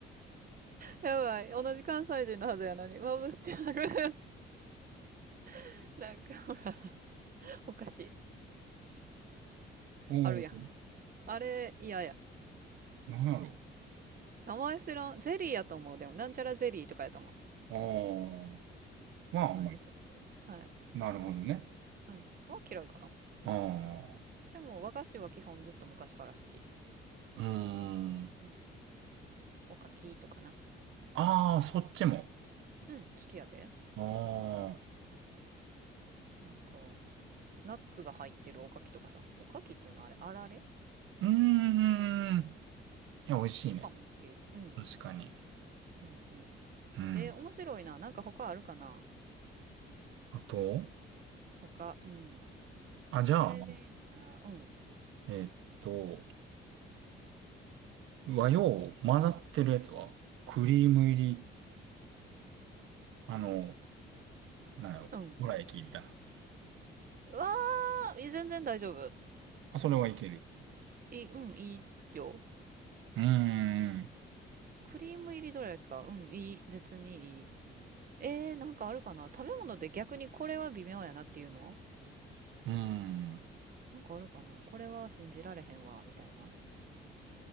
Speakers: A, on the right; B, on the right.
A: やばい。同じ関西人のはずやのに。まぶしてある。<laughs> なんか、ほら、おかしい。
B: うん。
A: あるやん。あれ、嫌や。
B: なんやろ。
A: 名前知らん。ゼリーやと思う。でも、なんちゃらゼリーとかやと思う。
B: ああ。まあ、
A: やばい、
B: あんまり。
A: めっちゃ面白い。はい。
B: なるほどね。
A: うん。は嫌いかな。
B: ああ。
A: でも、和菓子は基本ずっと昔から好き。
B: うーん。
A: うん。おかきとかな。
B: ああ、そっちも。
A: うん、好きやで。
B: ああ。
A: なんか、ナッツが入ってるおかきとかさ。おかきっていうのはあれ、あられ
B: うーん。いや、美味しいね。
A: とかも好き。うん。
B: 確かに。
A: うんうん。
B: うん。
A: えー面白いな。なんか他あるかな
B: あと、
A: 他、うん。
B: あ、じゃあ、
A: それで言ったら、うん。
B: えーっと、和洋混ざってるやつは、クリーム入り、あの、なんやろ、
A: うん。
B: どら焼きみたいな。
A: うわー、いや全然大丈夫。
B: あ、それはいける。
A: いい、うん、いいよ。
B: うーん、
A: クリーム入りどれだけか。うん、いい。別にいい。えー、なんかあるかな食べ物で逆にこれは微妙やなっていうの
B: うーん。
A: なんかあるかなこれは信じられへんわ、みたいな。